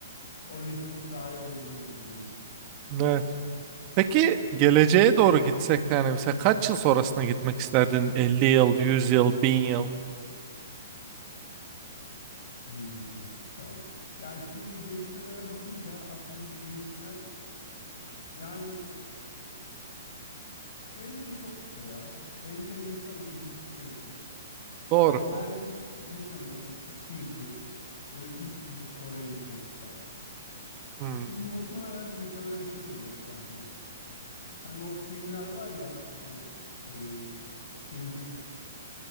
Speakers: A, on the left (about 65°); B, on the right (about 30°).
A: Orada yaşamak daha iyi olabilirdi benim için.
B: Evet. Peki geleceğe
A: Hı.
B: doğru gitsek yani mesela kaç yıl sonrasına gitmek isterdin? 50 yıl, 100 yıl, 1000 yıl.
A: Hmm, tamam. Yani şimdi gelişmelere bakınca aslında bu gelişmeler yani 50 yıl çok kısa ya. 50 yıl insan ömrünün içinde bir şey.
B: Doğru.
A: Yani ben mu- muhtemelen 200 yıl ya da 300 yıl sonraya gitmek isterdim.
B: Hmm.
A: Çünkü muhtemelen muhtemelen şey olacak yani. Hani o filmler var ya mu- e, gelecek